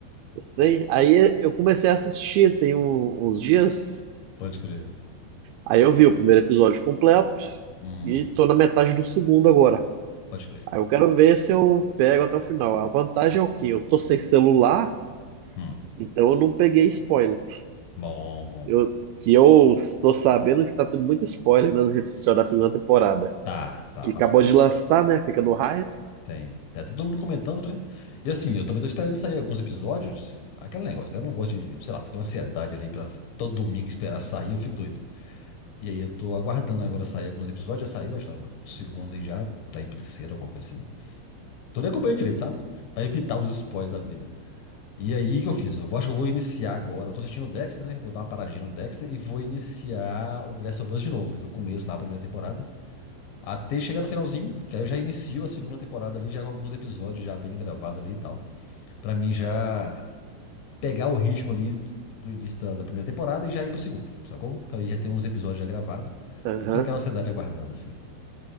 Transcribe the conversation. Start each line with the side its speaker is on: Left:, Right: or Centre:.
Right: esse trem. Aí eu comecei a assistir tem um- uns dias.
Left: Pode crer.
Right: Aí eu vi o primeiro episódio completo
Left: Hum,
Right: e tô na metade do segundo agora.
Left: pode crer.
Right: Aí eu quero ver se eu pego até o final. A vantagem é o quê? Eu tô sem celular,
Left: Hum.
Right: então eu não peguei spoiler.
Left: Bom, bom.
Right: Eu, que eu estou sabendo que tá tendo muito spoiler nas redes sociais da segunda temporada.
Left: Tá, tá,
Right: que
Left: bastante.
Right: acabou de lançar, né? Fica no hype.
Left: Sim. Tá todo mundo comentando, né? E assim, eu também tô esperando sair alguns episódios. Aquele negócio, né? Eu não gosto de, sei lá, fica uma ansiedade ali pra todo domingo esperar sair, eu fico doido. E aí eu tô aguardando agora sair alguns episódios. Já saiu, acho que tava no segundo aí já, tá indo pro terceiro, alguma coisa assim. Tô nem acompanhando direito, sabe? Pra evitar os spoilers da vida. E aí, o que eu fiz? Eu vou- acho que eu vou iniciar agora. Eu tô assistindo o Dexter, né? Vou dar uma paradinha no Dexter e vou iniciar o The Last of Us de novo, do começo lá, a primeira temporada. Até chegar no finalzinho, que aí eu já inicio a segunda temporada ali, já com alguns episódios já bem gravados ali e tal. Pra mim já pegar o ritmo ali do início da, da primeira temporada e já ir pro segundo, sacou? Pra aí já ter uns episódios já gravados,
Right: Aham.
Left: pra não ficar aquela ansiedade aguardando, assim.